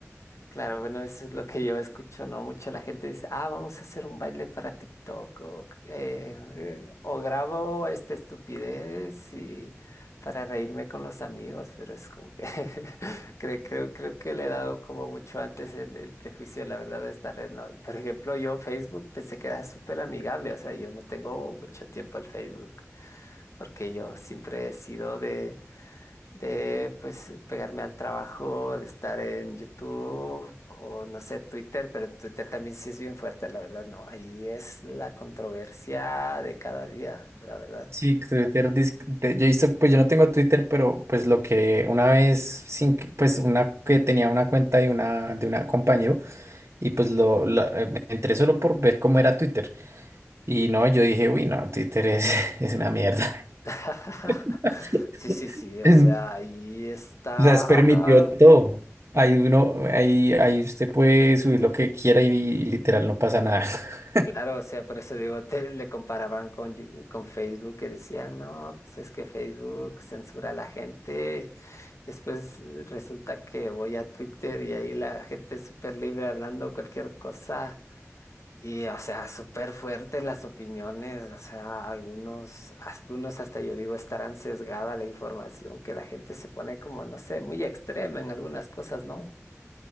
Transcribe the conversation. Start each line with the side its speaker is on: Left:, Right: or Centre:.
Left: Claro, bueno, eso es lo que yo escucho, ¿no? Mucho la gente dice, ah, vamos a hacer un baile para TikTok, o, eh, eh, o grabo esta estupidez y para reírme con los amigos, pero es como que <laughs> creo, creo, creo que le he dado como mucho antes el, el prejuicio, la verdad, de esta red, ¿no? Por ejemplo, yo Facebook pensé que era súper amigable, o sea, yo no tengo mucho tiempo al Facebook, porque yo siempre he sido de de pues pegarme al trabajo, de estar en YouTube o no sé, Twitter, pero Twitter también sí es bien fuerte, la verdad, no, ahí es la controversia de cada día, la verdad.
Right: Sí, Twitter, dis- de- yo he visto, pues yo no tengo Twitter, pero pues lo que una vez, sin, que- pues una que tenía una cuenta de una, de una compañero y pues lo, la- eh, me entré solo por ver cómo era Twitter y no, yo dije, uy, no, Twitter es, <laughs> es una mierda.
Left: <laughs>
Right: <laughs>
Left: Sí, sí, sí, o
Right: En-
Left: sea, ahí está,
Right: O sea, es permitido todo. Ahí uno, ahí, ahí usted puede subir lo que quiera y, y literal no pasa nada. <laughs>
Left: claro, o sea, por eso digo, te- le comparaban con, Yu- con Facebook que decían, no, pues es que Facebook censura a la gente Después eh, resulta que voy a Twitter y ahí la gente es súper libre hablando cualquier cosa y, o sea, súper fuertes las opiniones, o sea, algunos, algunos hasta yo digo estarán sesgada la información, que la gente se pone como, no sé, muy extrema en algunas cosas, ¿no?